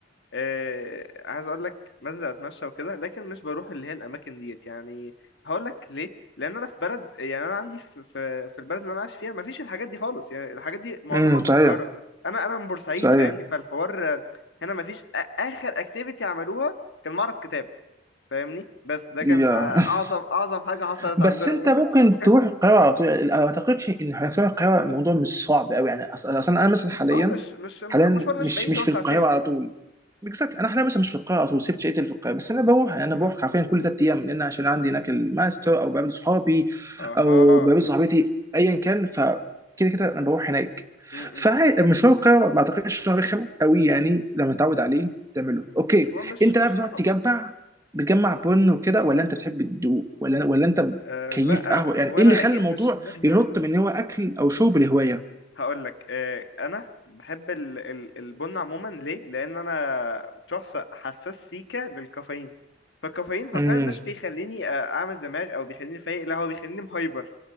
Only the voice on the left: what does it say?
آه، عايز اقول لك بنزل اتمشى وكده لكن مش بروح اللي هي الاماكن ديت يعني هقول لك ليه لان انا في بلد يعني انا عندي في في, في البلد اللي انا عايش فيها ما فيش الحاجات دي خالص يعني الحاجات دي معظمها
في
القاهره انا انا من بورسعيد
فاهمني فالحوار آه، هنا ما فيش آ- اخر اكتيفيتي عملوها كان معرض كتاب فاهمني بس ده
كان آه، اعظم اعظم حاجه
حصلت عندنا
<laughs>
اه مش مش المشوار
مش بعيد
هو
ساعتين
مم.
اها
مم، مم،
مم.
هو مش
مش
صعب
آه
لا
هو
انا
اكيد
مش <laughs>
هقول لك آه، انا بحب ال- ال- البن عموما ليه لان انا شخص حساس سيكا للكافيين فالكافيين حرفيا
مش بيخليني آه، اعمل دماغ او بيخليني فايق لا هو بيخليني مهايبر